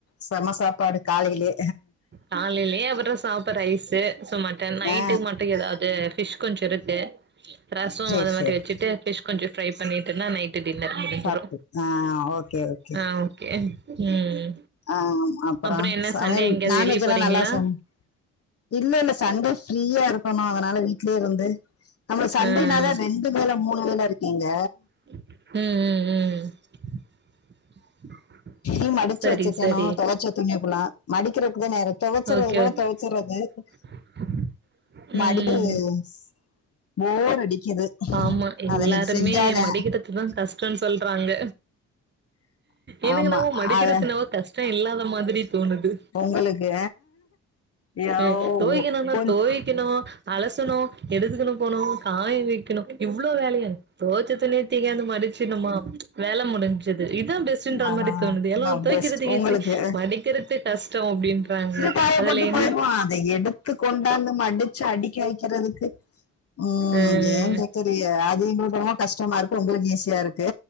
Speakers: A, on the left; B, on the right.
A: செம சாப்பாடு காலையிலே
B: காலைலே அப்பறொ சாப் இப்ப ரைஸு சோ மட்டன் நைட்டுக்கு
A: ஆ
B: மட்டு ஏதாவ்து ஃபிஷ் கொஞ்சொ இருக்கு ரசொ
A: சரி
B: அது மாரி
A: சரி
B: வச்சுட்டு ஃபிஷ் கொஞ்சொ ஃப்ரை பண்ணிட்டொன்னா நைட் டு டின்னர் முடுஞ்சிடு
A: சாப்பிட்டு ஆ ஓகே ஓகே
B: ஆ ஓகே ம்
A: ஆ அப்பறோ
B: அப்றோ என்ன
A: சமையல்
B: சண்டே எங்கேயாவது
A: நான்வெஜ்லா
B: வெளிய போறீங்களா
A: நல்லா சமை இல்ல இல்ல சண்டே ஃப்ரீயா இருக்கணு அதுனால வீட்லே வந்து நம்ம சண்டேனால
B: ம்
A: ரெண்டு வேல மூனு வேல இருக்கேங்க
B: ம் ம் ம்
A: துணி மடுச்சு
B: சரி
A: வச்சுக்கணு
B: சரி
A: தொவச்ச துணிய ஃபுல்லா மடிக்குரக்குத நேரொ தொவைச்சறது
B: ஓகே
A: கூட
B: ஓகே
A: தொவச்சுறது கொட தொவச்சுறது
B: <inaudible>
A: மடிகு
B: ம்
A: ஸ் போர் அடி கிது
B: ஆமா எல்லாருமே
A: அத அன்னைக்கு செஞ்சாதா
B: மடிக்கிறதுதா கஷ்டோன்னு சொல்றாங்க எனக்கு
A: ஆமா
B: என்னாவோ மடிக்கிறது
A: அத
B: என்னாவோ கஷ் டோ இல்லாத மாதிரி தோணுது
A: உங்களுக்கு ஐயோ,
B: அ தோய்க்கனுனா
A: கொஞ்~
B: தோய்க்கணு அலசணு எடுத்துக்குணு போணு காய வைக்கணு இவ்ளோ வேலையா தோச்சத்துணிய தூக்கியாந்து மடிச்சுனுமா வேல முடிஞ்சது இதா பெஸ் டுன்ற
A: ஆ
B: மாரி தோணுது எல்லா தொவைக்கிறது
A: பெஸ்ட் உங்களுக்கு
B: ஈசி மடிக்கிறது கஷ்டோ அப்டின்றாங்க
A: காயப்போட்டு
B: அதுல என்ன
A: போயிடுவோ அத எடுத்து கொண்டாந்து மடிச்சு அடுக்கி வைக்கிறதுக்கு ம்
B: அ
A: ஏ கேக் தெரிய அது எங்களுக் என்னமோ ரொம்ப கஷ்டமா இருக்கு உங்களுக் ஈஸியா இருக்கு